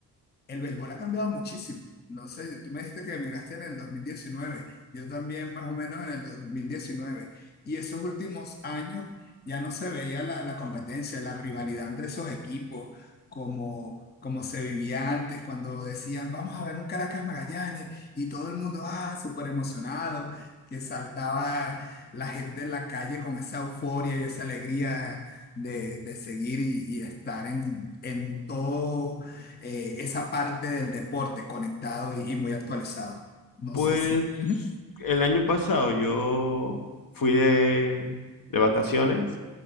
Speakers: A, on the left; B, on the left.
A: el béisbol ha cambiado muchísimo. No sé, tú me dijiste que emigraste en el 2019, yo también más o menos en el 2019. Y esos últimos años ya no se veía la, la competencia, la rivalidad entre esos equipos, como, como se vivía antes, cuando decían, vamos a ver un Caracas Magallanes, y todo el mundo, ah, súper emocionado, que saltaba la gente en la calle con esa euforia y esa alegría de, de seguir y, y estar en, en todo eh, esa parte del deporte conectado y, y muy actualizado. No
B: Pues
A: sé si. Ujú,
B: el año pasado yo fui de, de vacaciones